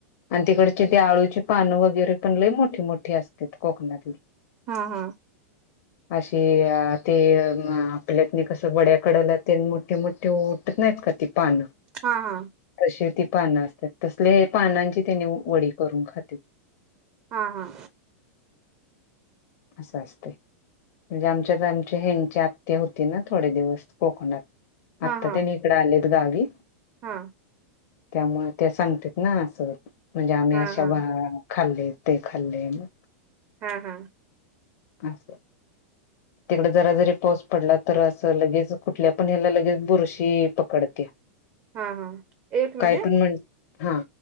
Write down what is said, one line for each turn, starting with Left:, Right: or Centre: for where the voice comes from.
Left: आणि तिकडची ते आळूची पानं वगैरे, पण लय मोठी, मोठी अस त्यात कोकणातली.
Right: हा हा
Left: अशी ते आपल्यातनी कसं वड्या कडला तेन मोठी, मोठी उटत नाहीत का ती पान
Right: हा, हा.
Left: तशी ती पानं असत्यात, तसले पानांची त्येनी वडी करून खात्यात.
Right: हा, हा.
Left: असं असतय. म्हणजे, आमच्यात आमच्या ह्यांची आत्या होती ना, थोडे दिवस कोकणात.
Right: हा
Left: आता त्येंनी इकडे आलेत गावी.
Right: हा.
Left: त्यामुळ त्या सांगतात ना, असं म्हणजे आम्ही
Right: हां
Left: अशा
Right: हां
Left: खाल्लय ते खाल्लय ना.
Right: हा, हा.
Left: असं.
Right: <inaudible>
Left: तिकड जरा जरी पाऊस पडला तर, असं लगेच कुठल्या पण ह्याला लगेच बुरशी पकडत्या.
Right: <inaudible> एक मिनिट
Left: काय पण म्हण. हा.